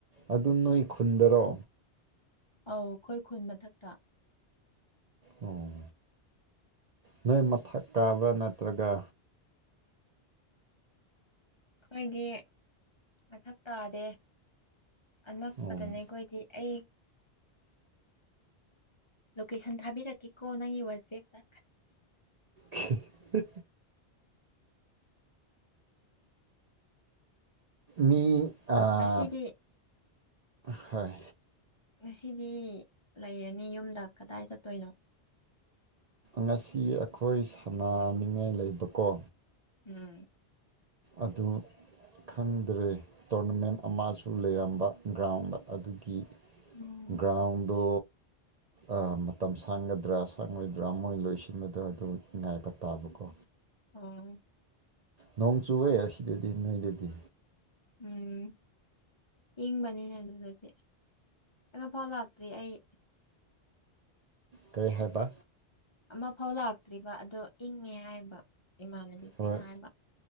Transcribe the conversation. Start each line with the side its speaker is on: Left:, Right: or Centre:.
Right: ꯑꯗꯨ ꯅꯣꯏ ꯈꯨꯟꯗꯔꯣ
Left: ꯑꯧ ꯑꯩꯈꯣꯏ ꯈꯨꯟ ꯃꯊꯛꯇ
Right: ꯑꯣ ꯅꯣꯏ ꯃꯊꯛ ꯀꯥꯕ꯭ꯔꯥ ꯅꯠꯇ꯭ꯔꯒ
Left: ꯑꯩꯈꯣꯏꯗꯤ ꯃꯊꯛ ꯇꯥꯗꯦ ꯑꯅꯛꯄꯗꯅꯦ
Right: ꯑꯣ
Left: ꯑꯩꯈꯣꯏꯗꯤ ꯑꯩ ꯂꯣꯀꯦꯁꯟ ꯊꯥꯕꯤꯔꯛꯀꯦꯀꯣ ꯅꯪꯒꯤ ꯋꯥꯆꯦꯞꯇ
Right: ꯍꯤ ꯍ ꯃꯤ ꯑꯥ
Left: ꯉꯁꯤꯗꯤ
Right: ꯍꯣꯏ
Left: ꯉꯁꯤꯗꯤ ꯂꯩꯔꯅꯤ ꯌꯨꯝꯗ ꯀꯗꯥꯏ ꯆꯠꯇꯣꯏꯅꯣ
Right: ꯉꯁꯤ ꯑꯩꯈꯣꯏ ꯁꯥꯟꯅꯅꯤꯡꯉꯥꯏ ꯂꯩꯕꯀꯣ
Left: ꯎꯝ
Right: ꯑꯗꯨ ꯈꯪꯗ꯭ꯔꯦ ꯇꯣꯔꯅꯃꯦꯟ ꯑꯃꯁꯨ ꯂꯩꯔꯝꯕ ꯒ꯭ꯔꯥꯎꯟꯗ ꯑꯗꯨꯒꯤ
Left: ꯎꯝ
Right: ꯒ꯭ꯔꯥꯎꯟꯗꯣ ꯑ ꯃꯇꯝ ꯁꯥꯡꯒꯗ꯭ꯔꯥ ꯁꯪꯉꯣꯏꯗ꯭ꯔꯥ ꯃꯣꯏ ꯂꯣꯏꯁꯤꯟꯕꯗꯣ ꯑꯗꯨ ꯉꯥꯏꯕ ꯇꯥꯕꯀꯣ
Left: ꯎꯝ
Right: ꯅꯣꯡ ꯆꯨꯋꯦ ꯑꯁꯤꯗꯗꯤ ꯅꯣꯏꯗꯗꯤ
Left: ꯎꯝ ꯏꯪꯕꯅꯤꯅꯦ ꯑꯗꯨꯗꯗꯤ ꯀꯩꯅꯣꯐꯥꯎ ꯂꯥꯛꯇ꯭ꯔꯤ ꯑꯩ
Right: ꯀꯩ ꯍꯥꯏꯕ
Left: ꯑꯃꯐꯧ ꯂꯥꯛꯇ꯭ꯔꯤꯕ ꯑꯗꯣ ꯏꯪꯉꯦ ꯍꯥꯏꯕ ꯏꯃꯥꯟꯅꯕꯤ ꯈꯣꯏꯅ
Right: ꯍꯣꯏ
Left: ꯍꯥꯏꯕ